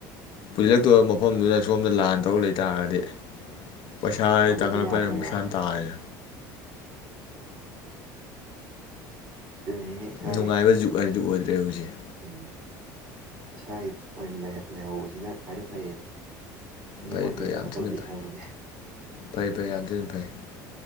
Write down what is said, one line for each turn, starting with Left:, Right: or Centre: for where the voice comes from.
Left: ꯄꯨꯁꯤꯜꯂꯛꯇꯣꯏꯕ ꯃꯐꯝꯗꯨꯗ ꯁꯣꯝꯗ ꯂꯥꯟ ꯇꯧ ꯂꯩꯇꯥꯥꯔꯒꯗꯤ ꯄꯩꯁꯥ
Right: ꯁꯣꯝꯗꯗꯤ
Left: ꯇꯥꯡꯒꯠꯂꯛꯄ
Right: ꯌꯥꯗ꯭ꯔꯦꯕ
Left: ꯍꯥꯌꯁꯤ ꯃꯁꯥꯅ ꯇꯥꯕꯅꯤ
Right: ꯑꯗꯨꯅ ꯏꯁꯥꯒꯤ
Left: ꯅꯨꯡꯉꯥꯏꯕ ꯖꯨꯛ ꯍꯥꯏ ꯑꯗꯨ ꯑꯣꯏꯗ꯭ꯔꯦ ꯍꯧꯖꯤꯛꯁꯦ
Right: ꯎꯝ ꯏꯁꯥꯒꯤ ꯑꯣꯏꯅ ꯂꯩꯍꯧꯕꯁꯤꯅ ꯈ꯭ꯋꯥꯏꯗꯩ ꯐꯩꯌꯦ ꯃꯤꯉꯣꯟꯗꯩꯩ
Left: ꯐꯩ ꯐꯩ ꯌꯥꯝ
Right: ꯀꯩꯅ
Left: ꯊꯤꯅ
Right: ꯇꯧꯗꯣꯏ
Left: ꯐꯩ
Right: ꯁꯔꯨꯛ ꯄꯨꯗꯤ
Left: ꯐꯩ ꯐꯩ ꯌꯥꯝꯊꯤꯟ ꯐꯩ